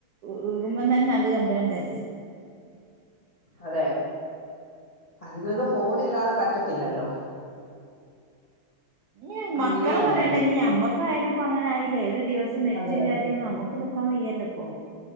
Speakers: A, on the right; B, on the left.
A: വീഴുമ്പോ തന്നെ അത് കണ്ടാണ്ടല്ലേ
B: അതെ അതിങ്ങക്ക് ഫോണില്ലാതെ പറ്റത്തില്ലല്ലോ
A: ഇ മക്കളെ
B: അങ്ങനെയുണ്ട്
A: പറയണ്ട ഇഞ്ഞി നമ്മ ക്കാലും ഇപ്പ അങ്ങന ആയില്ലേ ഒരു ദിവസം നെറ്റില്ലാതെയ
B: അതെ അതെ
A: നമുക്ക് ക്കാൻ വയ്യല്ലപ്പോ